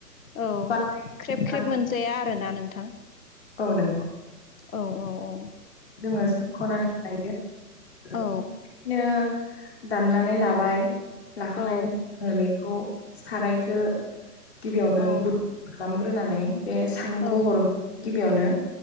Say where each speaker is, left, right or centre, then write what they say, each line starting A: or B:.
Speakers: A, on the left; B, on the left.
A: औ
B: बा
A: ख्रेब
B: ओंखाम
A: ख्रेब मोनजाया आरोना नोंथां
B: औ नांगौ
A: औ औ औ
B: जोङो सोबख'नानै लायो बिदिनो
A: औ
B: दाननानै लाबाय लाखांनायनि
A: औ
B: उन बे खौ सारायखौ गिबियावनो
A: औ
B: गुद खालामग्रोनानै बे साम'खौ
A: औ
B: हरग गिबियावनो